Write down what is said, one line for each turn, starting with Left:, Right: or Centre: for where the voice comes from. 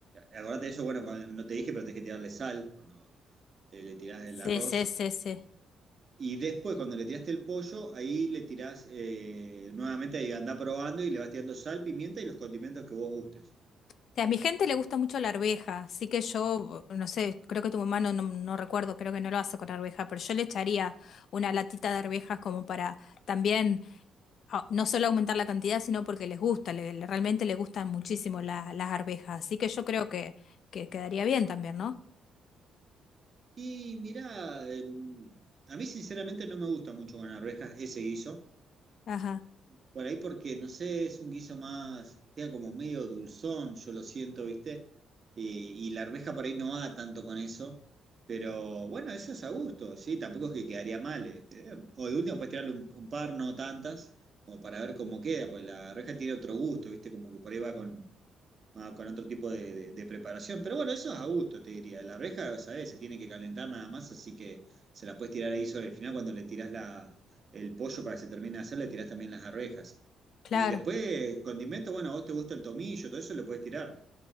Right: Acordate de eso, bueno, cuando- no te dije, pero tenés que tirarle sal cuando eh, le tirás
Left: Sí,
Right: el arroz
Left: sí, sí, sí.
Right: y después, cuando le tiraste el pollo, ahí le tirás eh, nuevamente, ahí andá probando y le vas tirando sal, pimienta y los condimentos que vos gustes.
Left: O sea, a mi gente le gusta mucho la arveja, así que yo, no sé, creo que tu mamá no, no, no recuerdo, creo que no lo hace con arveja, pero yo le echaría una latita de arvejas como para también, ah, no solo aumentar la cantidad, sino porque les gusta, le- le- realmente les gustan muchísimo la- las arvejas, así que yo creo que, que quedaría bien también, ¿no?
Right: Y mirá, eh, a mí sinceramente no me gusta mucho con arvejas ese guiso.
Left: Ajá,
Right: por ahí porque, no sé, es un guiso más, queda como medio dulzón, yo lo siento, ¿viste? Eh, y la arveja por ahí no va tanto con eso, pero bueno, eso es a gusto, ¿sí? Tampoco es que quedaría mal. este, eh. O de último puedes tirarle un, un par, no tantas, como para ver cómo queda, porque la arveja tiene otro gusto, ¿viste? Como que por ahí va con, más con otro tipo de, de- de preparación. Pero bueno, eso es a gusto, te diría. La arveja, ¿sabes? Se tiene que calentar nada más, así que se la puedes tirar ahí sobre el final cuando le tirás la, el pollo para que se termine de hacer, le tirás también las arvejas.
Left: claro.
Right: Y después, condimento, bueno, a vos te gusta el tomillo, todo eso le puedes tirar.